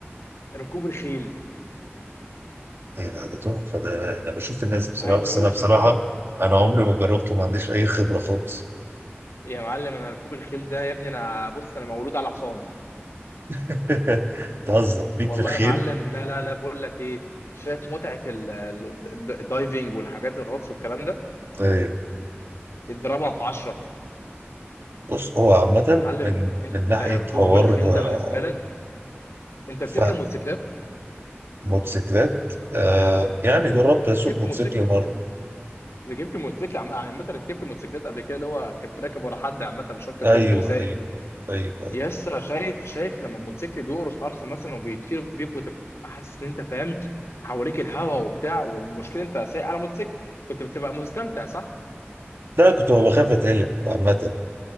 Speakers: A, on the left (about 75°); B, on the right (about 60°).
A: ركوب الخيل
B: ايه ده ده تحفه ده انا بشوف الناس بصراحه
A: عايز
B: بس
A: اقول
B: انا
A: لك
B: بصراحه
A: يا معلم
B: انا عمري ما جربته ما عنديش اي خبره خالص
A: يا معلم انا ركوب الخيل ده يا ابني انا بص انا مولود على حصان
B: <laughs> تهزر ليك
A: والله
B: في الخيل
A: يا معلم لا لا لا بقول لك ايه شايف متعه ال- ال- الد- الدايفنج والحاجات الغطس والكلام ده
B: طيب
A: اضربها في 10
B: بص هو عامه
A: يا معلم
B: من
A: انت
B: من ناحيه
A: ركوب
B: حوار
A: الخيل
B: آه،
A: ده بالنسبه لك انت بتركب
B: فهم
A: موتوسيكلات
B: موتوسيكلات آه يعني
A: رك-
B: جربت
A: ركبت
B: اسوق موتوسيكل
A: موتوسيكل
B: مره
A: ركبت موتوسيكل عم- عامه ركبت موتوسيكلات قبل كده اللي هو كنت راكب ورا حد عامه مش شرط تكون
B: ايوه
A: انت اللي سايق
B: ايوه طيب
A: يس شايف شايف لما الموتوسيكل بيقرص قرصه مثلا وبيطير بيك وتبقى حاسس ان انت فاهم حواليك الهوا وبتاع والمشكله انت سايق على موتوسيكل كنت بتبقى مستمتع صح
B: ده كنت بخاف اتقلب عامة